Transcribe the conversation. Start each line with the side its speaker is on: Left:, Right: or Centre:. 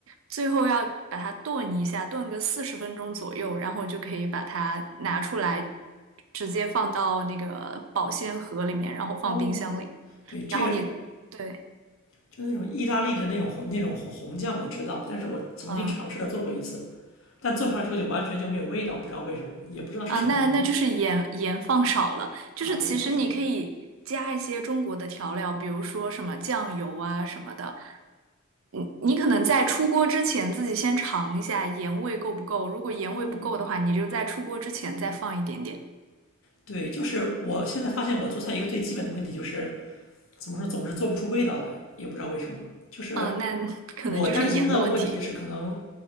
Right: 最后要把它炖一下，炖个四十分钟左右，然后就可以把它拿出来，直接放到那个保鲜盒里面，然后放冰箱里。
Left: 哦，对这个
Right: 然后你，对，
Left: 就那种意大利的那种红那种红红酱我知道，但是我曾经尝试着做过一次，
Right: 嗯，
Left: 但做出来之后就完全就没有味道，不知道为什么，也不知道是什么原因
Right: 啊，那那就是盐盐放少了，就是其实你可以加一些中国的调料，
Left: 啊，盐放少了
Right: 比如说什么酱油啊什么的。你你可能在出锅之前自己先尝一下盐味够不够，如果盐味不够的话，
Left: 哦。
Right: 你就在出锅之前再放一点点。
Left: 对，就是我现在发现我做菜一个最基本的问题就是，怎么说总是做不出味道来，也不知道为什么。就是
Right: 嗯，那 <laughs> 可能就是盐的问题。
Left: 我担心的问题是，可能